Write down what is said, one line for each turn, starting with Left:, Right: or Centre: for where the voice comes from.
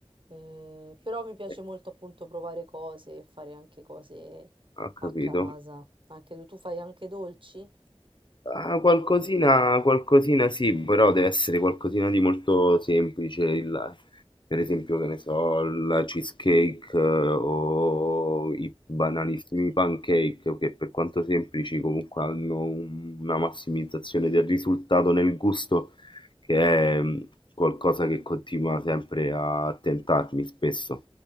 Right: Eh, però mi piace
Left: Eh,
Right: molto appunto provare cose e fare anche cose
Left: Ho capito.
Right: a casa. Anche tu, tu fai anche dolci?
Left: Ah, qualcosina, qualcosina sì, però deve essere qualcosina di molto semplice, il- per esempio, che ne so, la cheesecake eh, o i banalissimi pancake, che per quanto semplici comunque hanno un- una massimizzazione del risultato nel gusto, che è mm, qualcosa che continua sempre a tentarmi spesso